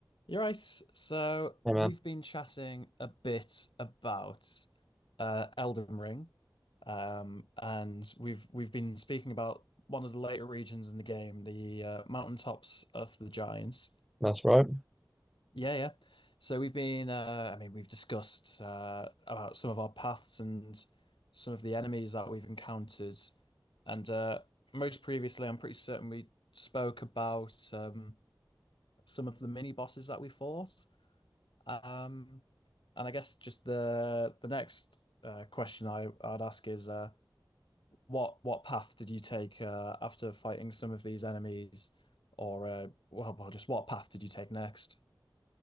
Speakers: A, on the left (about 75°); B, in the centre.
A: You're right. So
B: Yeah,
A: we've
B: man,
A: been chatting a bit about uh, Elden Ring, um, and we've we've been speaking about one of the later regions in the game, the uh, mountaintops of the Giants.
B: that's right.
A: Yeah, yeah. So we've been, uh, I mean, we've discussed uh, about some of our paths and some of the enemies that we've encountered, and uh, most previously, I'm pretty certain we spoke about um, some of the mini bosses that we fought. Um, and I guess just the the next uh, question I, I'd ask is uh, what what path did you take uh, after fighting some of these enemies, or uh, well, well, just what path did you take next?